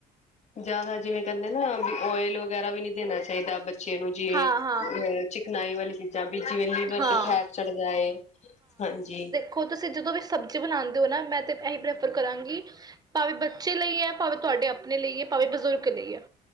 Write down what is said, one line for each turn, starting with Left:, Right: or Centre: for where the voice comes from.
Left: ਜਿਆਦਾ ਜਿਵੇਂ ਕਹਿੰਦੇ ਨਾ ਵਿ ਆਇਲ ਵਗੈਰਾ ਵੀ ਨਹੀਂ ਦੇਣਾ ਚਾਹੀਦਾ ਬੱਚੇ ਨੂੰ ਜੇ
Right: ਹਾਂ-ਹਾਂ, ਹਾਂ।
Left: ਚਿਕਨਾਈ ਵਾਲੀ ਚੀਜ਼ਾਂ ਬੀ ਜਿਵੇਂ ਲੀਵਰ
Right: ਹਾਂ
Left: ਤੇ ਫੈਟ ਚੜ੍ਹਦਾ ਏ, ਹਾਂਜੀ।
Right: ਖੋ ਤੁਸੀਂ ਜਦੋਂ ਵੀ ਸਬਜ਼ੀ ਬਣਾਦੇ ਹੋ ਨਾ, ਮੈਂ ਤੇ ਇਹੀ ਪ੍ਰੈਫਰ ਕਰਾਂਗੀ ਭਾਵੇਂ ਬੱਚੇ ਲਈ ਹੈ, ਭਾਵੇਂ ਤੁਹਾਡੇ ਆਪਣੇ ਲਈ ਹੈ, ਭਾਵੇਂ ਬਜ਼ੁਰਗ ਲਈ ਹੈ,